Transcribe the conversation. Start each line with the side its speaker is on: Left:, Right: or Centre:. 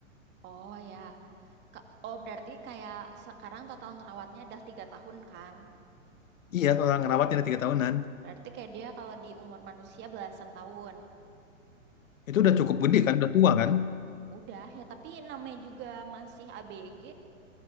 Right: oh ya. Ka- Oh, berarti kayak sekarang total ngerawatnya udah tiga tahun kan?
Left: Iya, kalau ngerawatnya udah tiga tahunan.
Right: Berarti kayak dia kalau di umur manusia belasan tahun.
Left: Itu udah
Right: Belasan
Left: cukup
Right: apa
Left: gede
Right: pun.
Left: kan, udah tua kan?
Right: Udah ya, tapi namanya juga masih ABG,